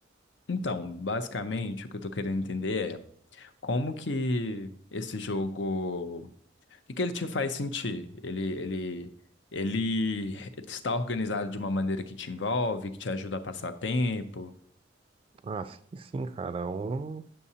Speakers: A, on the left; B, on the right.
A: então, basicamente, o que eu tô querendo entender é como que esse jogo. que que ele te faz sentir? Ele, ele, ele está organizado de uma maneira que te envolve, que te ajuda a passar tempo.
B: Ah, sim, sim, cara. É um